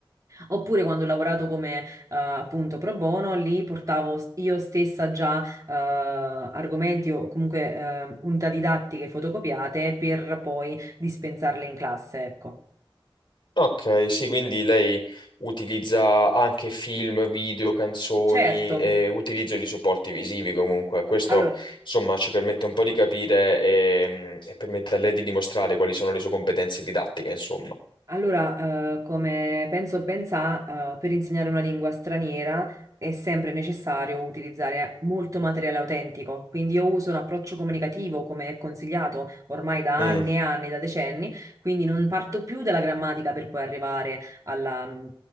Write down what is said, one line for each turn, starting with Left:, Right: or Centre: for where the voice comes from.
Right: Oppure quando ho lavorato come eh, appunto pro bono, lì portavo s- io stessa già eh, argomenti o comunque eh, unità didattiche fotocopiate per poi dispensarle in classe, ecco.
Left: Ok, sì, quindi lei utilizza anche film, video, canzoni
Right: Certo.
Left: e utilizzo di supporti visivi comunque. Questo,
Right: Allora,
Left: insomma, ci permette un po' di capire ehm, e, permette a lei di dimostrare quali sono le sue competenze didattiche, insomma.
Right: Allora, eh, come penso ben sa, eh, per insegnare una lingua straniera è sempre necessario utilizzare molto materiale autentico, quindi io uso un approccio comunicativo come è consigliato ormai da
Left: Mm,
Right: anni e anni, da decenni, quindi non parto più dalla grammatica per poi arrivare alla- mm,